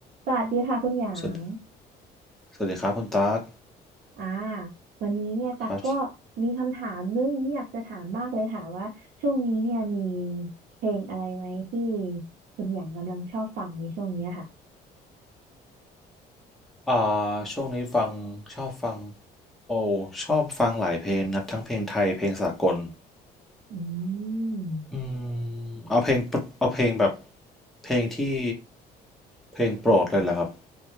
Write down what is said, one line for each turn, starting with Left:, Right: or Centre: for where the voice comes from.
Right: สวัสดีค่ะคุณหยาง
Centre: สวัสสวัสดีครับคุณตั๊ก
Right: อ่าวันนี้เนี่ยตักก็
Centre: ครับ
Right: มีคำถามนึงที่อยากจะถามมากเลยค่ะว่าช่วงนี้เนี่ยมีเพลงอะไรไหมที่คุณหยางกำลังชอบฟังในช่วงเนี้ยค่ะ
Centre: อ่าช่วงนี้ฟังชอบฟังโอชอบฟังหลายเพลงนะครับทั้งเพลงไทยเพลงสากล
Right: อืม
Centre: อืมเอาเพลงปรเอาเพลงแบบเพลงที่เพลงโปรดเลยเหรอครับ